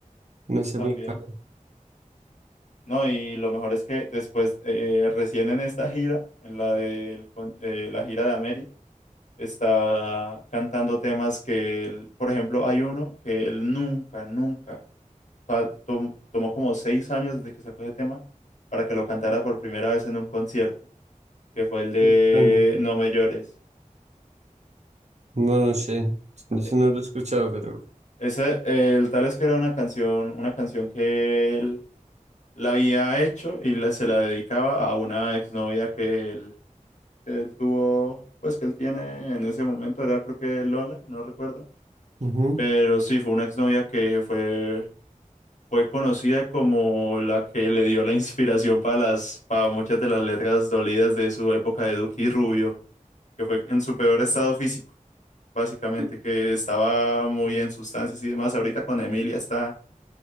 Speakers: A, on the right; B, on the left.
A: No
B: Eso
A: sé,
B: también.
A: muy caro.
B: No, y lo mejor es que después, eh, recién en esta gira, en la del con- eh, la gira de Ameri, está cantando temas que, él- por ejemplo, hay uno que él nunca, nunca, fa- tom- tomó como seis años desde que sacó ese tema para que lo cantara por primera vez en un concierto. que fue el de
A: Sí, tan-
B: No me llores.
A: No, no sé, no sé,
B: E-
A: no lo he escuchado, pero...
B: Ese, el tal es que era una canción, una canción que él la había hecho y la- se la dedicaba a una exnovia que él, que él tuvo, pues que él tiene en ese momento, era creo que Lola, no recuerdo.
A: ujú.
B: Pero sí, fue una exnovia que fue, fue conocida como la que le dio la <laughs> inspiración para las, para muchas de las letras dolidas de su época de Duque y Rubio, que fue en su peor estado físico. básicamente,
A: Sí.
B: que estaba muy en sustancias y demás. Ahorita con Emilia está,